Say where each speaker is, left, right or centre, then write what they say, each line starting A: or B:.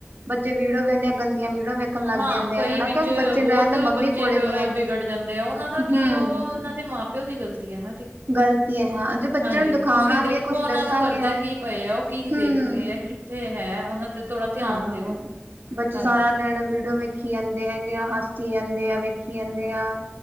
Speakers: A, on the right (about 60°); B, on the right (about 80°).
A: ਬੱਚੇ ਵਿਡੀਓ ਵਿਨੇ ਆ ਗੰਦੀਆਂ ਵੀਡੀਓ। ਵੇਖਣ ਲੱਗ
B: ਹਾਂ,
A: ਜਾਂਦੇ
B: ਕਈ
A: ਆ ਹਨਾ
B: ਵਿੱਚ
A: ਕਿਉਂ ਬੱਚੇ
B: ਬੋਤ
A: ਨੂੰ ਐ ਮੰਮੀ
B: ਬੱਚੇ
A: ਕੋਲੇ ਨੀ ਹੈਗੀ
B: ਬੀਗੜ ਜਾਂਦੇ ਆ, ਉਨਾਂ ਦਾ ਕੀ
A: ਹਮ
B: ਉਹਨਾਂ ਦੇ ਮਾਂ-ਪਿ ਪਿਓ ਦੀ ਗ਼ਲਤੀ ਹੈਨਾ ਜੀ,
A: ਗ਼ਲਤੀ ਹੈ ਹਾਂ ਜੇ ਬੱਚੇ
B: ਹਾਂਜੀ,
A: ਨੂੰ ਦਿਖਾਵਾਂਗੇ
B: ਤੁਸੀਂ ਦੇਖੋ
A: ਕੁਛ
B: ਉਹਨਾ
A: ਦੱਸਾਂਗੇ
B: ਨੂੰ ਕਰਦਾ
A: ਹਾਂ
B: ਕਿ ਪਏ ਉਹ ਕੀ ਦੇਖ
A: ਹਮ
B: ਰਹੇ ਏ? ਕਿੱਥੇ ਹੈ? ਉਹਨਾਂ ਤੇ ਥੋੜਾ ਧਿਆਨ
A: ਹਾਂ,
B: ਦਿਓ
A: ਬੱਚੇ
B: ਹਾਂਜੀ,
A: ਸਾਰਾ ਦਿਨ ਵੀਡੀਓ ਵੇਖ ਕੀ ਆਂਦੇ ਹੈਗੇ ਆ, ਹਸੀ ਆਂਦੇ ਆ, ਵੇਖੀ ਆਂਦੇ ਆ